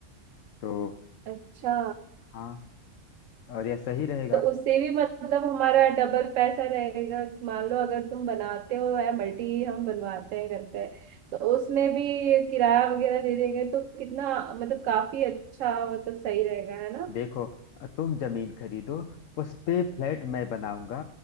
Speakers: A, on the left (about 90°); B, on the right (about 85°).
A: तो
B: अच्छा
A: हाँ और यह सही रहेगा
B: तो उससे भी मतलब हमारा डबल पैसा रहेगा मान लो अगर तुम बनाते हो या मल्टी हम बनवाते हैं करते हैं तो उसमें भी किराया वगैरह दे देंगे तो कितना मतलब काफी अच्छा मतलब सही रहेगा है ना
A: देखो तुम जमीन खरीदो उस पे फ्लैट मैं बनाऊंगा